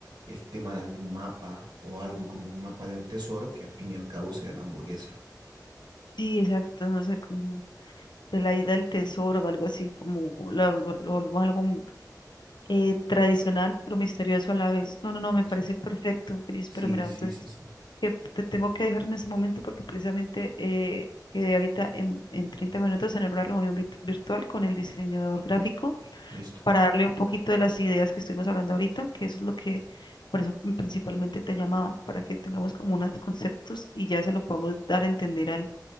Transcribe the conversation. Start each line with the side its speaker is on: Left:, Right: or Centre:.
Right: el tema de algún mapa o algo como un mapa del tesoro, que al fin y al cabo sea la hamburguesa.
Left: Sí, exacto, no sé, como de la isla del tesoro o algo así, como la vol- lo, volvemos algo mm, eh, tradicional, pero misterioso a la vez. No, no, no,
Right: Exacto.
Left: me parece perfecto, Cris,
Right: Sí,
Left: pero mira,
Right: sí,
Left: entonces
Right: sí, sí.
Left: que te tengo que dejar en ese momento porque precisamente eh, quedé ahorita en, en 30 minutos en una reunión vit- virtual con el diseñador gráfico
Right: Listo.
Left: para darle un poquito de las ideas que estuvimos hablando ahorita, que eso es lo que, por eso principalmente te llamaba, para que tengamos como unos conceptos y ya se lo podamos dar a entender al